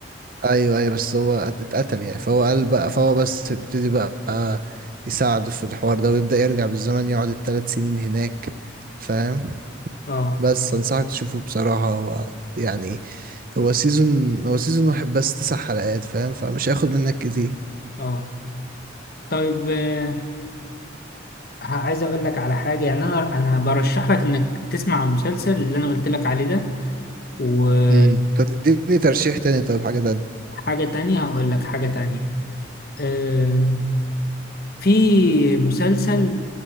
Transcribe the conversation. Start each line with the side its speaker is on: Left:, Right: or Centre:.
Right: ايوه ايوه بس هو ات- اتقتل يعني فهو قال بقى فهو بس بيبتدي بقى يساعده في الحوار ده ويبدأ يرجع بالزمن يقعد الثلاث سنين هناك فاهم
Left: اه
Right: بس انصحك تشوفه بصراحة هو يعني هو سيزون هو سيزون واحد بس تسع حلقات فاهم فمش هياخد منك كتير
Left: اه طيب آه، ه- عايز اقول لك على حاجه يعني انا انا برشح لك انك تسمع المسلسل اللي انا قلت لك عليه ده و-
Right: امم طب تديني ترشيح تاني طيب حاجة تانية
Left: وحاجه تانية هقول لك حاجه تانية آم، في مسلسل